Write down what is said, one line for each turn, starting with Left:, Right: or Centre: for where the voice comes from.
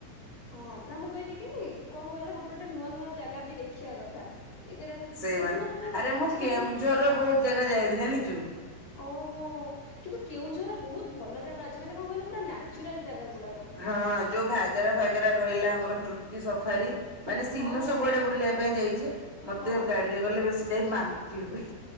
Left: ହଁ ନା ମୁଁ କହିଲି କି କଣ କହିଲ, ଗୋଟେ ଗୋଟେ ନୁଆଁ ନୁଆଁ ଜାଗା ବି ଦେଖିଆ କଥା। ଇଏ କରିବାଥା
Right: ସେ
Left: ଦେଖୁନ
Right: ମା
Left: ସବୁ
Right: ଆରେ ମୁଁ
Left: ଆଜିକାଲି
Right: କେଉଁଝରର ବହୁତ ଜାଗା ଯାଇନି ଜାଣିଛୁ
Left: ଓହୋ! କିନ୍ତୁ କେଉଁଝର ବହୁତ ଭଲ ଜାଗା ଅଛି। ମାନେ କଣ କହିଲ ପୁରା ନାଚୁରାଲ ଜାଗା ଗୁ
Right: ହଁ ଯୋଉ ଘାଗେରା ଫାଗେରା ରହିଲା। ଆମର ତୃପ୍ତି ସଫାରି ମାନେ ସିନୁ
Left: ହଁ ହଁ
Right: ସବୁଆଡେ ବୁଲିବା ପାଇଁ ଯାଇଛି। ମତେ
Left: ହଁ
Right: ଗାଡିରେ ଗଲେ ବେଶୀ ଟାଇମ୍ ବାନ୍ତି ହୁଏ।